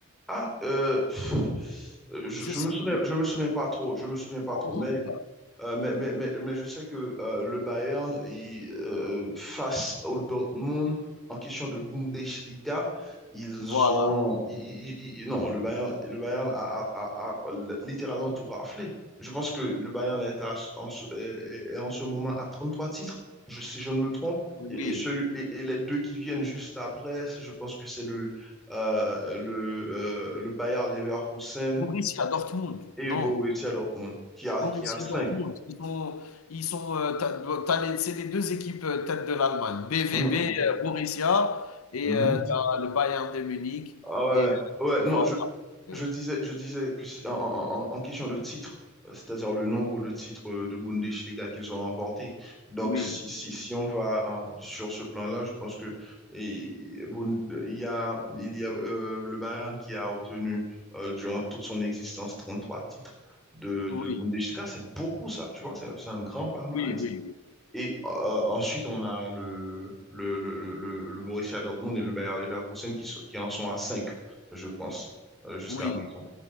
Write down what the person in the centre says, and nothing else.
Ah, euh, pff, euh, je,
je
me souviens,
je me souviens pas trop. Je me souviens pas trop.
Mais
Euh, mais, mais, mais, mais je sais que euh, le Bayern, il, euh, face au Dortmund, en question de Bundesliga, ils
ont... ils- ils- ils- non, le Bayern, le Bayern a, a- a- a littéralement tout raflé. Je pense que le Bayern est, à- en, ce, est- est en ce moment à 33 titres, je, si je ne me trompe.
Et, et celui, et, et les deux qui viennent juste après, c'est- je pense que c'est le, euh, le, euh, le Bayer Leverkusen
et
Borussia Dortmund, qui a,
qui a
cinq
Mm, mm.
Mhm.
Ah ouais,
ouais. Ouais,
non,
je,
je disais, je disais que c'est- en, en- en- en question de titres, euh, c'est-à-dire le nombre de titres euh, de Bundesliga qu'ils ont remportés. Donc,
si, si, si on va hein, sur ce plan-là, je pense que et, Bund- il y a, il y a euh, le Bayern qui a obtenu euh, durant toute son existence 33 titres de,
de Bundesliga. C'est beaucoup ça, tu vois, c'est c'est un grand palmarès.
Et euh, ensuite, on a le, le, le, le, le- le Borussia Dortmund et le Bayer Leverkusen qui, sont- qui en sont à cinq je pense, euh, jusqu'à
présent.